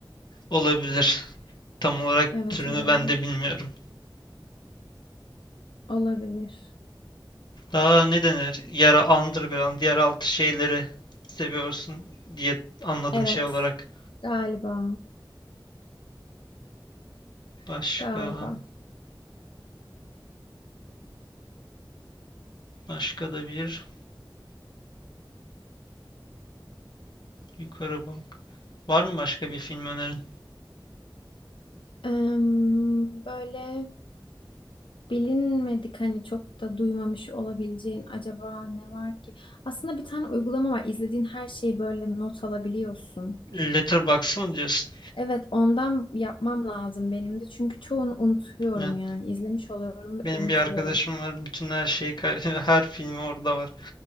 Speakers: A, on the left (about 60°); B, on the left (about 85°).
A: Olabilir. Tam olarak
B: Evet
A: türünü
B: olabilir.
A: ben de bilmiyorum.
B: Olabilir.
A: Daha ne denir? Yara underground, yeraltı şeyleri seviyorsun diye anladım
B: Evet,
A: şey olarak.
B: galiba.
A: Başka
B: Galiba.
A: başka da bir yukarı bak. Var mı başka bir film önerin?
B: Em, böyle bilinmedik hani çok da duymamış olabileceğin acaba ne var ki? Aslında bir tane uygulama var. İzlediğin her şeyi böyle not alabiliyorsun.
A: Letterboxd mı diyorsun?
B: Evet, ondan yapmam lazım benim de. Çünkü çoğunu unutuyorum
A: Evet.
B: yani. İzlemiş oluyorum ve
A: Benim
B: unutuyorum.
A: bir arkadaşım var. Bütün her şeyi, kay- <laughs> her filmi orada var.